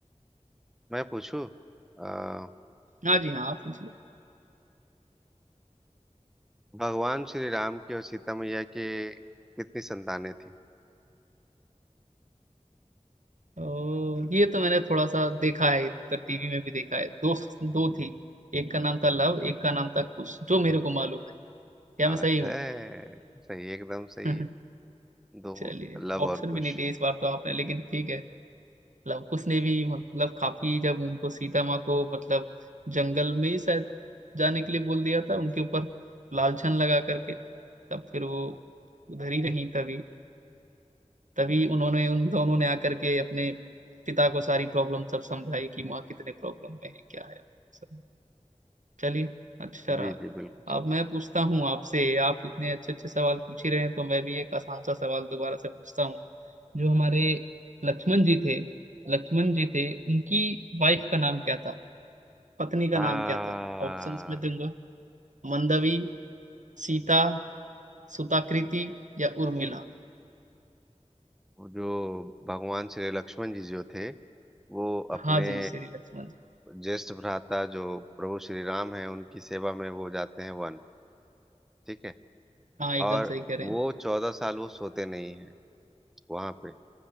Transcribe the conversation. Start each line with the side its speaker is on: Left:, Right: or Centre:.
Centre: मैं पूछूं अ,
Right: हाँ जी हाँ आप पूछिए
Centre: भगवान श्री राम की और सीता मैया के कितनी संतानें थी
Right: ओ, ये तो मैंने थोड़ा सा देखा है तो टीवी में भी देखा है दो दो थी एक का नाम था लव एक का नाम था कुश जो मेरे को मालूम है क्या
Centre: क्या
Right: मैं
Centre: बात
Right: सही हूँ
Centre: है सही एकदम सही
Right: <laughs>
Centre: है दो
Right: चलिए
Centre: लव
Right: ऑप्शन
Centre: और कुश
Right: भी नहीं दिए इस बार तो आपने लेकिन ठीक है लव कुश ने भी मतलब काफी जब उनको सीता माँ को मतलब जंगल में ही शायद जाने के लिए बोल दिया था उनके ऊपर लालछन लगा करके तब फिर वो उधर ही रही तभी तभी उन्होंने उन दोनों ने आकर के अपने पिता को सारी प्रॉब्लम सब समझाई कि माँ कितने प्रॉब्लम में है क्या है सब चलिए अच्छा
Centre: जी
Right: रहा
Centre: जी बिल्कुल
Right: अब मैं पूछता हूँ आपसे आप इतने अच्छे अच्छे सवाल पूछ ही रहे हैं तो मैं भी एक आसान सा सवाल दोबारा से पूछता हूँ जो हमारे लक्ष्मण जी थे लक्ष्मण जी थे उनकी वाइफ का नाम क्या था पत्नी का
Centre: आ,
Right: नाम क्या था ऑप्शंस में दूंगा मंदवी सीता सुताकृति या उर्मिला
Centre: जो भगवान श्री लक्ष्मण जी जो थे वो अपने
Right: हाँ जी श्री लक्ष्मण जी
Centre: ज्येष्ठ भ्राता जो प्रभु श्री राम है उनकी सेवा में वो जाते हैं वन ठीक है
Right: हाँ एकदम
Centre: और
Right: सही कह
Centre: वो
Right: रहे
Centre: चौदह साल वो सोते नहीं है वहां पे